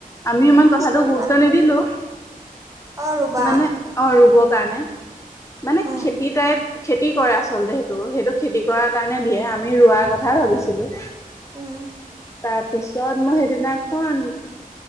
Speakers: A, on the left (about 20°); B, on the right (about 20°).
A: আমি ইমান কথাটো
B: কি কৰিবা
A: গুৰুত্ব নিদিলো,
B: অ', ৰুবা
A: মানে অ ৰুব কাৰনে। মানে
B: উম,
A: খেতি টাইপ খেতি কৰে আচলতে সেইটো, সেইটো খেতি কৰাৰ কাৰণে দিয়ে, আমি ৰোৱাৰ কথা ভাবিছিলোঁ।
B: উম।
A: তাৰপিছত মই সেইদিনাখন